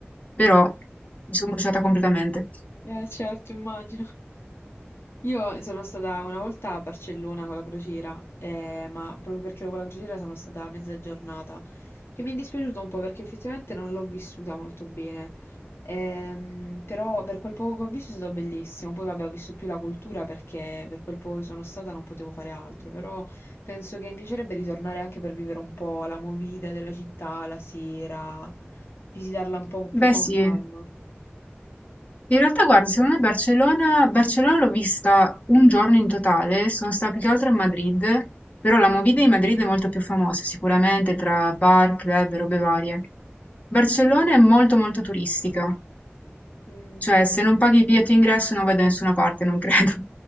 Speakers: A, on the left; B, on the left.
A: però
B: Mm.
A: mi sono bruciata completamente.
B: Eh, certo, immagino. Io sono stata una volta a Barcellona con la crociera, eh, ma proprio perché ero con la crociera sono stata mezza giornata, che mi è dispiaciuto un po' perché effettivamente non l'ho vissuta molto bene. Ehm, però per quel poco che ho visto è stato bellissimo. Poi vabbè, ho visto più la cultura perché per quel poco che sono stata non potevo fare altro, però penso che mi piacerebbe ritornare anche per vivere un po' la movida della città la sera, visitarla un po' più
A: Beh
B: con
A: sì,
B: calma.
A: In realtà, guarda, secondo me Barcellona, Barcellona l'ho vista un giorno in totale, sono stata più che altro a Madrid, però la movida di Madrid è molto più famosa sicuramente tra bar, club e robe varie. Barcellona è molto molto turistica,
B: Mm.
A: cioè se non paghi il biglietto d'ingresso non vai da nessuna parte, non credo. <laughs>